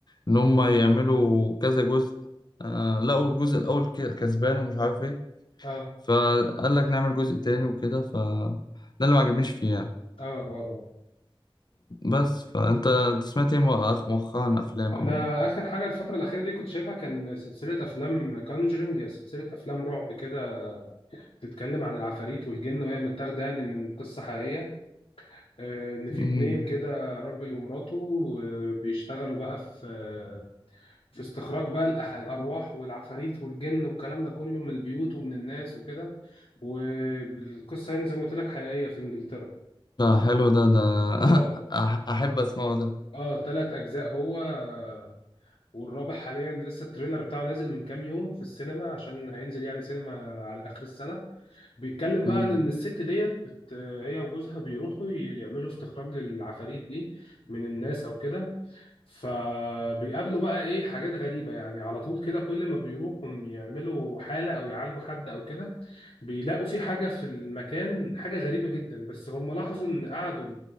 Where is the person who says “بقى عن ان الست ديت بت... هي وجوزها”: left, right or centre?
Left